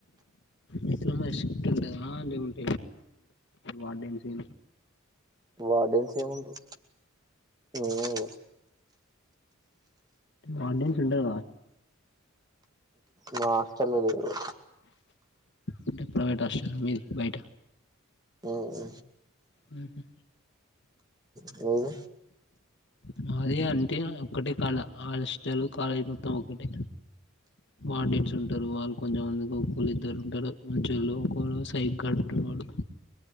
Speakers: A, on the left (about 60°); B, on the right (about 20°).
A: ఇంట్లో మరి షిఫ్ట్ ఉండదా అంటే ఉంటె వార్డెన్సు
B: వార్డెన్స్ ఏముంటై ఏం ఇగ
A: వార్డెన్స్ ఉండర
B: మా హాస్టలో ఉండరు
A: అంటే ప్రైవేట్ హాస్టల మీది బయట
B: ఉమ్
A: ఉహ్మ్
B: మీది
A: మాది అంతే ఒకటే కాడా హస్టలు కాలేజీ మొత్తం ఒకటే ఆడియన్ట్స్ ఉంటారు వాళ్ళు కొంచెంమందికి ఒకక్కోళ్ళు ఇద్దరు ఉంటారు మంచోలు ఒకరు సైకో గాలు ఉంటారు వాళ్ళు